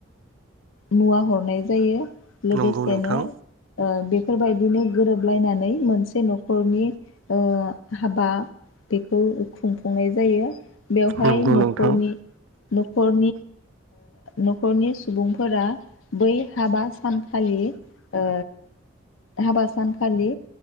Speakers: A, on the left; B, on the right.
A: मुवा हरनाय जायो। लोगोसेनो
B: नंगौ नोंथां
A: ओ बेफोरबायदिनो गोरोबलायनानै मोनसे नखरनि ओ हाबा बेखौ खुंफुंनाय जायो। बेवहाय
B: नंगौ
A: नखरनि
B: नोंथां
A: नखर नखरनि सुबुंफोरा बै हाबा सानखालि ओ हाबा सानखालि